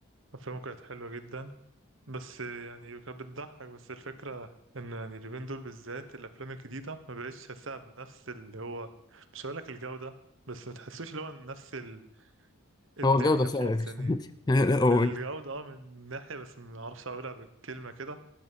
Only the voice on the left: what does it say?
هو جودة فعلا
<laughs> لا هو